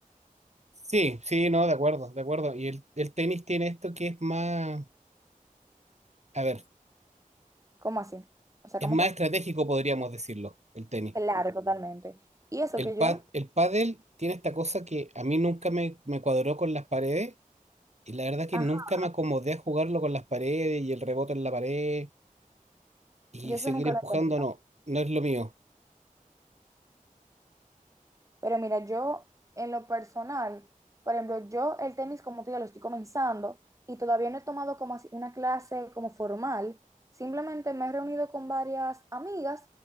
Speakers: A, on the right; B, on the right.
A: Sí, sí, no, de acuerdo, de acuerdo. Y el, el tenis tiene esto que es más, a ver,
B: ¿Cómo así? O sea,
A: es
B: ¿cómo
A: más
B: fue?
A: estratégico, podríamos decirlo, el tenis.
B: Claro, totalmente. Y eso
A: El
B: que
A: pad,
B: yo,
A: el pádel tiene esta cosa que a mí nunca me, me cuadró con las paredes y la verdad que
B: ajá,
A: nunca me acomodé a jugarlo con las paredes y el rebote en la pared y
B: yo eso
A: seguir
B: nunca
A: empujando,
B: lo he entendido.
A: no, no es lo mío.
B: Pero mira, yo en lo personal, por ejemplo, yo el tenis como te digo lo estoy comenzando y todavía no he tomado como así una clase como formal. Simplemente me he reunido con varias amigas